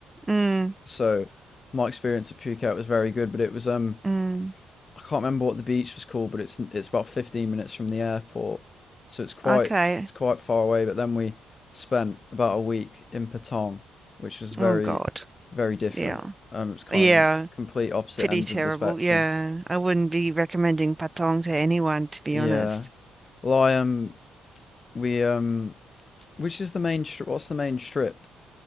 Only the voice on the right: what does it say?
Mm,
mm,
okay.
Oh God.
Yeah.
Yeah.
Pretty
terrible.
Yeah. I wouldn't be recommending Patong to anyone, to be
honest.